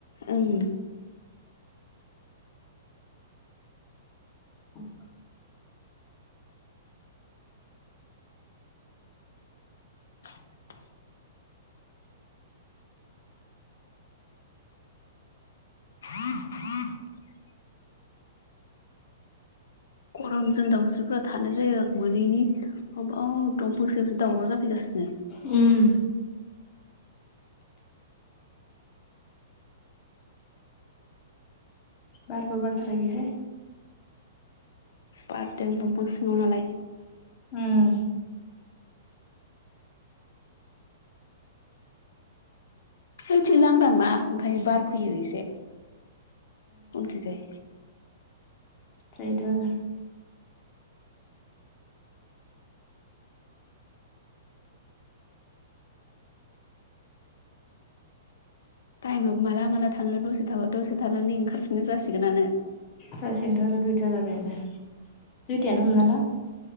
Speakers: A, on the left; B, on the left.
A: ओं
B: <unintelligible>
A: <unintelligible> <unintelligible> गरमजों दाउस्रिफोरा थानाय जायो मोनैनि अबाव दंफांसेयावसो दावराव जाफैगासिनो
B: उम बारबो बारथाराखैहाय
A: बारदों दंफां सिङाव नालाय
B: ओं
A: जोंनिथिं लांदां ना ओंखायनो बार फैयो एसे उनखि जाय
B: जायोथ' आरो
A: टाइमआबो माला माला थाङो दसे था दसे थानानै ओंखारफिननो जासिगोनानो
B: जासिगोनथ' आरो दुइथा जाबायानो दुइथायानो हमना ला